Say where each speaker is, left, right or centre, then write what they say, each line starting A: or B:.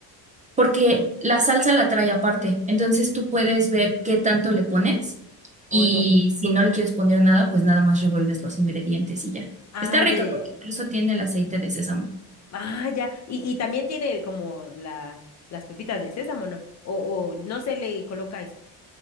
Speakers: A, on the right; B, on the left.
A: porque la salsa la trae aparte. Entonces tú puedes ver qué tanto le pones
B: O
A: y
B: no.
A: si no le quieres poner nada, pues nada más revuelves los ingredientes y ya.
B: Ah,
A: Está rica
B: ya, ya,
A: porque
B: ya.
A: incluso tiene el aceite de sésamo.
B: Ah, ya. Y, y también tiene como la, las pepitas de sésamo, ¿no? O, o no se le coloca eso.